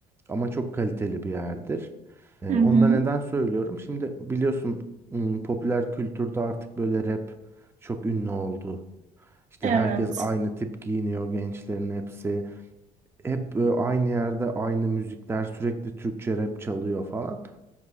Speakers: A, on the right; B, on the right.
A: ama çok kaliteli bir yerdir. E,
B: Hı hı.
A: Onu da neden söylüyorum? Şimdi biliyorsun m, popüler kültürde artık böyle rap çok ünlü oldu. İşte
B: Evet.
A: herkes aynı tip giyiniyor gençlerin hepsi. Hep e, aynı yerde aynı müzikler sürekli Türkçe rap çalıyor falan.